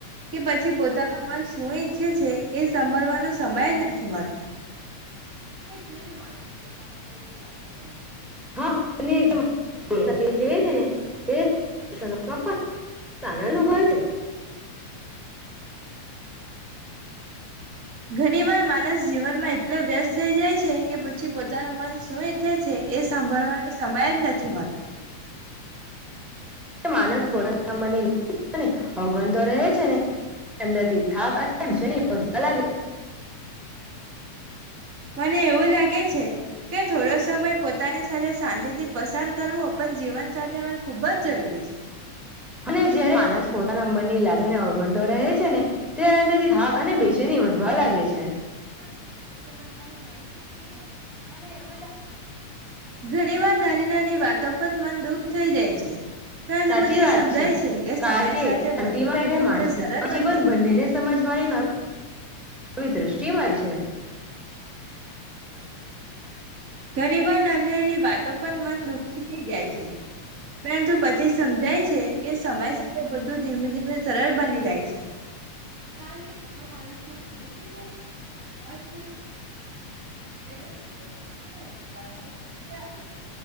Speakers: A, on the right; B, in the centre.
A: કે પછી પોતાનું મન શું ઈચ્છે છે એ સાભળવાનું સમય જ નથી મળતા. જય્યારે માણસ પોતાના મને લાગ હોય.
B: હા ને <unintelligible> જ જીવન જીવે છે ને. તે શષણો આપાય તાના નુભવે છે.
A: ઘણી વાર માનસ જીવનમાં એટલો વ્યસ્ત થઇ જાય છે કે પછી પોતાનું મન શું ઈચ્છે છે એ સાંભળવાનો સમય જ નથી મળતો.
B: માણસ કોતાના મને <unintelligible> અગણ તો રહે છે ને, અંદર થી થાક અને. <unintelligible>
A: મને એવું લાગે છે, કે થોડો સમય પોતાની સાથે શાંતિથી પસાર કરવો પણ જીવન સાથે અરે ખુબ જ જરૂરી છે.
B: અને જયારે માણસ મનની લાગણીને અવગણતો રહે છે ને, તેના અંદરથી થાક અને બેચેની વધવા લાગે છે.
A: બબ એ સમજ મારી નવી દ્ર. <unintelligible>
B: મને રજ <unintelligible>
A: ઘણી વાર નાની નાની વાતો પર મન દુઃખ થઈ જાય છે. પરંતુ
B: સાચી
A: પછી
B: વાત
A: સમજાય
B: છે,
A: કે સમય
B: કારણ કે
A: સાથે
B: શાંતિમાં
A: બધું ધીમે
B: બેઠેલ
A: ધીમે
B: માણસને
A: સરળ
B: જીવન
A: બની જાય.
B: બંનેને સમજવાની ન આવી દ્રષ્ટિમાંય છે.
A: ઘણી વાર નાની નાની વાતો પણ મન દુઃખી થઈ જાય છે, પરંતુ પછી સમજાય છે કે સમય સાથે બધું ધીમે ધીમે સરળ બની જાય છે. કાર સ માણસને ભરોસું થ છે કરી <unintelligible> વેદા વ <unintelligible> આપે છે <unintelligible>